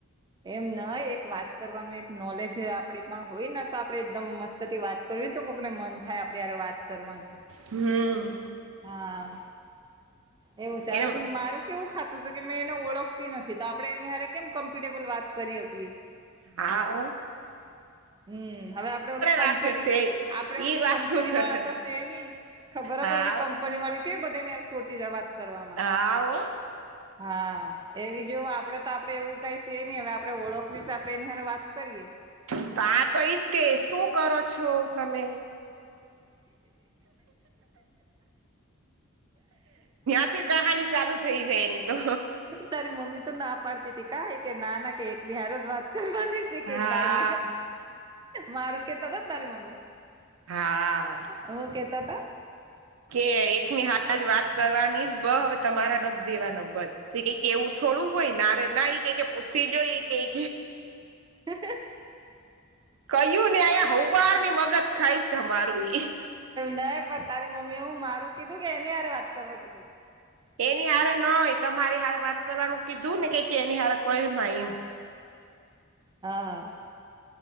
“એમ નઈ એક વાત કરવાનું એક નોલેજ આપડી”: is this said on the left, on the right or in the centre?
Right